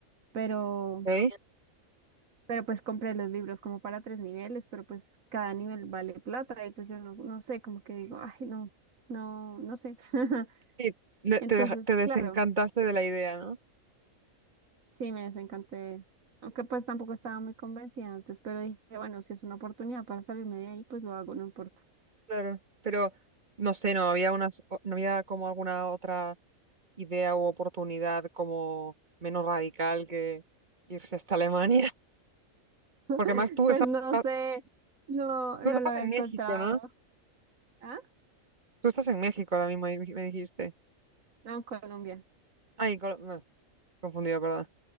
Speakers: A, on the right; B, on the right.
A: pero,
B: Ok.
A: pero pues compré los libros como para tres niveles, pero pues cada nivel vale plata y pues yo no, no sé, como que digo, ay, no, no, no sé. <laughs>
B: Sí, le-
A: Entonces,
B: te, deja- te desencantaste
A: claro.
B: de la idea, ¿no?
A: Sí, me desencanté. Aunque pues tampoco estaba muy convencida antes, pero dije, bueno, si es una oportunidad para salirme de ahí, pues lo hago, no importa.
B: Claro, pero no sé, no había unas, o- no había como alguna otra idea u oportunidad como menos radical que irse hasta Alemania, <laughs> porque
A: <laughs>
B: más tú
A: Pues
B: estabas,
A: no
B: ah,
A: sé, no,
B: tú
A: no
B: estabas
A: lo había
B: en
A: encontrado.
B: México, ¿no?
A: ¿Ah?
B: Tú estás en México ahora mismo, di- me dijiste.
A: No, en Colombia.
B: Ay, Col- bueno, confundida, perdón.